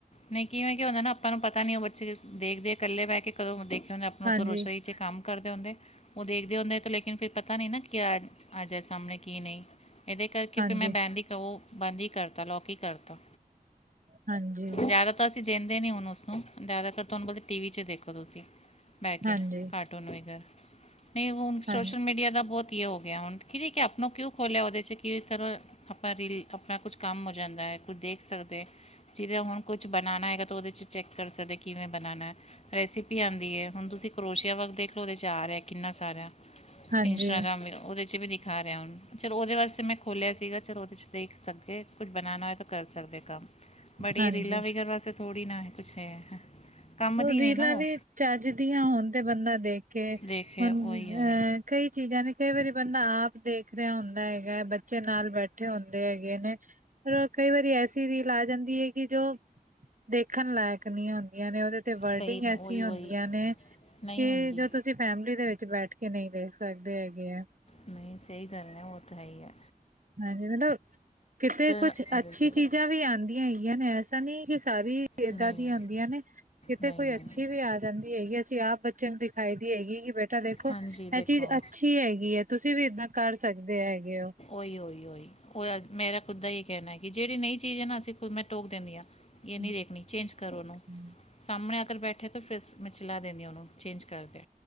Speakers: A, on the left; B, on the right.
A: ਨਈ ਕਿਵੇਂ ਕੀ ਹੁੰਦਾ ਨਾ ਆਪਾਂ ਨੂੰ ਪਤਾ ਨੀ ਉਹ ਬੱਚੇ ਦੇਖਦੇ ਏ ਕੱਲੇ ਬੈਹ ਕੇ ਕਦੋਂ ਦੇਖੇ ਹੁੰਦੇ ਆਪਣੇ
B: ਹਾਂਜੀ
A: ਉੱਥੋਂ ਰਸੋਈ ਚ ਕੰਮ ਕਰਦੇ ਹੁੰਦੇ, ਉਹ ਦੇਖਦੇ ਹੁੰਦੇ ਤੇ ਲੇਕਿਨ ਫੇਰ ਪਤਾ ਨਹੀਂ ਨਾ ਕਿਆ ਆ ਜਾਏ ਸਾਹਮਣੇ ਕੀ ਨਹੀਂ ਇਹਦੇ ਕਰਕੇ
B: ਹਾਂਜੀ
A: ਫੇਰ ਮੈਂ ਬੈਨਦੀ ਕੳ ਬੰਦ ਈ ਕਰਤਾ, ਲੋਕ ਈ ਕਰਤਾ
B: ਹਾਂਜੀ
A: ਜਾਦਾ ਤਾਂ ਅਸੀਂ ਦੇਂਦੇ ਨਈ ਹੁਣ ਉਸਨੂੰ ਜ਼ਾਦਾਤਰ ਤੁਆਨੂੰ ਬਲ ਟੀ ਵੀ ਚ ਦੇਖੋ ਤੁਸੀਂ, ਮੈਂ ਕੇਹਾ
B: ਹਾਂਜੀ
A: ਹ ਘੱਟ ਕੋਈ ਨਵੀਂ ਗੱਲ, ਨਹੀਂ ਕੋਮ
B: ਹਾਂਜੀ
A: ਸੋਸ਼ ਮੀਡੀਆ ਦਾ ਬਹੁਤ ਹੀ ਐ ਹੋ ਗਿਆ ਹੁਣ, ਕਿਹੜੀ ਕੈਪ ਨੂੰ ਕਿਉਂ ਖੋਲਿਆ ਉਹਦੇ ਚ ਕੀ ਤਰ੍ਹਾਂ ਆਪਾਂ ਰੀਲ ਆਪਣਾ ਕੁਛ ਕੰਮ ਹੋ ਜਾਂਦਾ ਐ, ਕੁਝ ਦੇਖ ਸਕਦੇ। ਜਿਹਦੇ ਹੁਣ ਕੁਛ ਬਣਾਣਾ ਹੈਗਾ ਤਾਂ ਉਹਦੇ ਚ ਚੈੱਕ ਕਰ ਸਕਦੇ ਕਿਵੇਂ ਬਣਾਣਾ। ਰੈਸਿਪੀ ਆਂਦੀ ਏ, ਹੁਣ ਤੁਸੀਂ ਕਰੋਸ਼ੀਆ ਵਰਕ ਵੱਲ ਦੇਖ ਲਓ ਉਹਦੇ 'ਚ ਆ ਰਿਹਾ ਕਿੰਨਾ ਸਾਰਾ।
B: ਹਾਂਜੀ
A: ਇੰਸਟਾਗ੍ਰਾਮ ਵੀ ਏ, ਉਹਦੇ ਚ ਵੀ ਦੇ ਦਿਖਾ ਰਿਹਾ ਹੁਣ, ਚਲ ਉਹਦੇ ਵਾਸਤੇ ਮੈਂ ਖੋਲਿਆ ਸੀਗਾ ਚਲ ਉਹਦੇ 'ਚ ਦੇਖ ਸਕਦੇ ਕੁਝ ਬਣਾਣਾ ਹੋਇਆ ਤਾਂ ਕਰ ਸਕਦੇ ਕੰਮ। ਬਟ ਇਹ
B: ਹਾਂਜੀ
A: ਰੀਲਾ ਵੇਖਣ ਵਾਸਤੇ ਥੋੜ੍ਹੀ ਨਾ ਕੁਛ ਹੈ। ਕੰਮ
B: ਉਹ
A: ਦੀ
B: ਰੀਲਾਂ
A: ਨਹੀਂ ਨਾ
B: ਵੀ
A: ਉਹ
B: ਚੱਜਦੀਆਂ ਹੋਣ ਤੇ ਬੰਦਾ ਦੇਖੇ
A: ਦੇਖੇ
B: ਹੁਣ
A: ਉਹੀ
B: ਅਹ
A: ਹੋਈ
B: ਕਈ ਚੀਜ਼ਾਂ ਨੇ ਕਈ ਵਾਰੀ ਬੰਦਾ ਆਪ ਦੇਖ ਰਿਹਾ ਹੁੰਦਾ ਹੈਗਾ ਹੈ ਬੱ ਬੱਚੇ ਨਾਲ ਬੈਠੇ ਹੁੰਦੇ ਹੈਗੇ ਨੇ ਪਰ ਕਈ ਵਾਰੀ ਐਸੀ ਰੀਲ ਆ ਜਾਂਦੀ ਏ ਕਿ ਜੋ ਦੇਖਣ ਲਾਇਕ ਨਹੀਂ ਹੁੰਦੀਆਂ ਨੇ ਉਹਦੇ ਤੇ ਵਰਡਿੰਗ
A: ਸਹੀ ਨਹੀਂ
B: ਐਸੀ
A: ਉਹੀ
B: ਹੁੰਦੀਆਂ
A: ਉਹੀ
B: ਨੇ
A: ਨਹੀਂ
B: ਕਿ
A: ਹੁੰਦੀ
B: ਜ ਤ ਤੁਸੀ ਫੈਮਲੀ ਦੇ ਵਿੱਚ ਬੈਠ ਕੇ ਨਈ ਦੇਖ ਸਕਦੇ ਹੈਗੇ ਐ।
A: ਨਈ ਸਹੀ ਗੱਲ ਐ, ਓ ਤਾਂ ਹੈ ਈ ਐ।
B: ਹਾਂ ਜਿਵੇਂ ਨਾ ਕਿਤੇ ਕੁਛ
A: ਇਹਦੇ
B: ਅੱਛੀ
A: ਚਲੋ
B: ਚੀਜਾਂ ਵੀ ਆਂਦੀਆਂ ਹੈਗੀਆਂ ਨੇ ਐਸਾ ਨੀ ਕਿ ਸਾਰੀ ਏਦਾਂ
A: ਨਹੀਂ
B: ਦੀਆਂ ਹੁੰਦੀਆਂ ਨੇ ਕਿਤੇ
A: ਨਹੀਂ
B: ਕੋਈ
A: ਨਹੀਂ
B: ਅੱਛੀ ਵੀ ਆ ਜਾਂਦੀ ਹੈਗੀ। ਅਸੀ ਆਪ ਬੱਚੇਆਂ ਨੂੰ ਦਿਖਾਈ ਦੀ ਹੈਗੀ ਕਿ ਬੇਟਾ ਦੇਖੋ
A: ਹਾਂਜੀ ਦੇਖੋ
B: ਐ ਚੀਜ ਅੱਛੀ ਹੈਗੀ ਐ ਤੁਸੀ ਵੀ ਏਦਾਂ ਕਰ ਸਕਦੇ ਹੈਗੇ ਓ।
A: ਓਈ ਓਈ ਓਈ। ਓਦਾ ਮੇਰਾ ਖੁਦ ਦਾ ਈ ਕੈਣਾ ਐ ਕਿ ਜੇੜੀ ਨਈ ਚੀਜ ਐ ਨਾ ਅਸੀ ਮੈਂ ਟੋਕ ਦੇਨੀ ਆਂ।
B: ਹਮ
A: ਏ ਨੀ ਦੇੇਖਣੀ ਚੇਂਜ ਕਰ ਓਨੂੰ।
B: ਹਮ
A: ਸਾਮਣੇ ਆ ਕਰ ਬੈਠੇ ਤਾਂ ਫੇਰ ਮੈਂ ਚਲਾ ਦੇਨੀ ਆ ਓਨੂੰ। ਚੇਂਜ ਕਰ